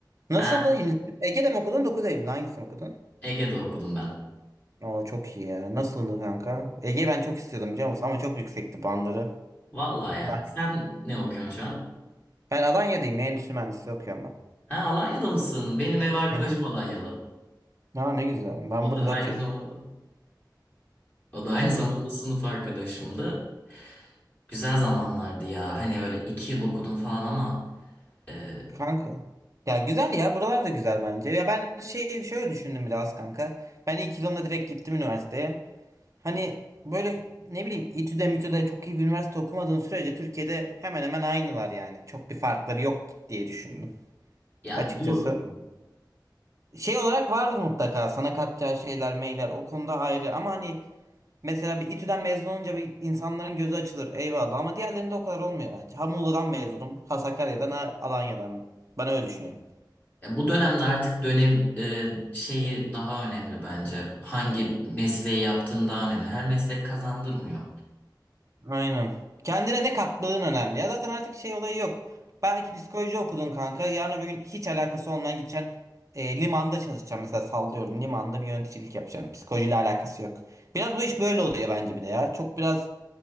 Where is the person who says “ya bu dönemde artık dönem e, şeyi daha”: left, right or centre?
Left